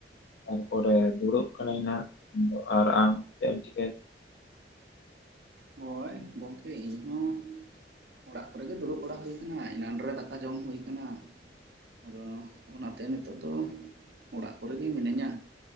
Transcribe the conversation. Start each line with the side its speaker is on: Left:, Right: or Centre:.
Left: ᱛᱟᱨᱯᱚᱨᱮ ᱫᱩᱲᱩᱵ ᱠᱟᱱᱟᱭ ᱱᱟ ᱟᱨ ᱟᱢ ᱪᱮᱜ ᱮᱢ ᱪᱤᱠᱟᱹᱭ
Right: ᱦᱳᱭ ᱜᱚᱢᱠᱮ ᱤᱧ ᱦᱚᱸ ᱚᱲᱟᱜ ᱠᱚᱨᱮ ᱜᱮ ᱫᱩᱲᱩᱵ ᱵᱟᱲᱟ ᱦᱩᱭ ᱠᱟᱱᱟ ᱮᱱᱟᱱ ᱨᱮ ᱫᱟᱠᱟ ᱡᱚᱢ ᱦᱩᱭ ᱠᱟᱱᱟ᱾ ᱟᱫᱚ ᱚᱱᱟ ᱛᱮ ᱱᱤᱛᱚᱜ ᱫᱚ ᱚᱲᱟᱜ ᱠᱚᱨᱮ ᱜᱮ ᱢᱤᱱᱟᱹᱧᱟ᱾